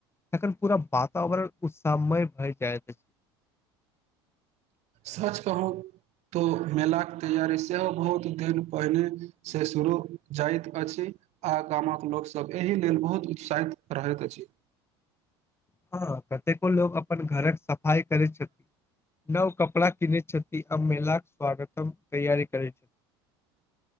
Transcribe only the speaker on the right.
सच कहूं तो मेलाक के तैयारी सेहो बहुत दिन पहिनेे से शुरू जाइत अछि आ गामक लोक सब एहि लेल बहुत उत्साहित रहैत अछि